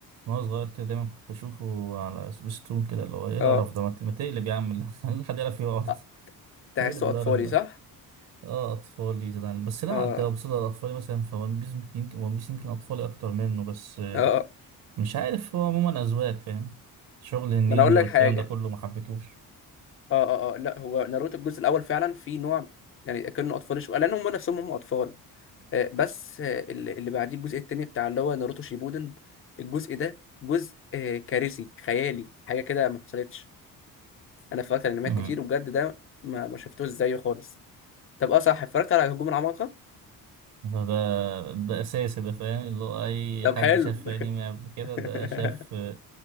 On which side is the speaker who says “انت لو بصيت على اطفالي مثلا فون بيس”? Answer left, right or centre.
Right